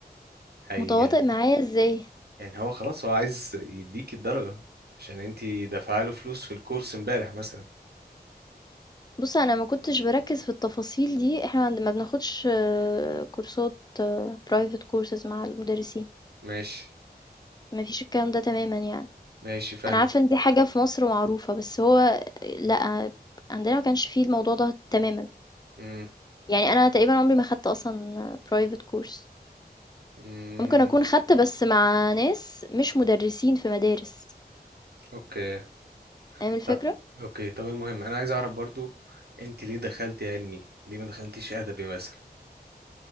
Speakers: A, on the right (about 70°); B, on the left (about 25°).
A: هي
B: متواطئ معايا إزاي؟
A: يعني هو خلاص هو عايز يديك الدرجة عشان انتي دافعة له فلوس في الكورس امبارح مثلا
B: بُص أنا ما كنتش باركّز في التفاصيل دي، إحنا عند ما بناخدش آه، كورسات private courses مع المدرسين،
A: ماشي
B: ما فيش الكلام ده تمامًا يعني.
A: ماشي فاهم
B: أنا عارفة إن دي حاجة في مصر معروفة، بس هو لأ، عندنا ما كانش في الموضوع ده تمامًا.
A: امم
B: يعني انا تقريبا عمري ما خدت اصلا برايفت كورس
A: امم
B: ممكن اكون خدت بس مع ناس مش مدرسين في مدارس
A: اوكي
B: فاهم الفكرة
A: طب اوكي طب المهم انا عايز اعرف برضو انت ليه دخلتي علمي ليه ما دخلتيش ادبي مثلا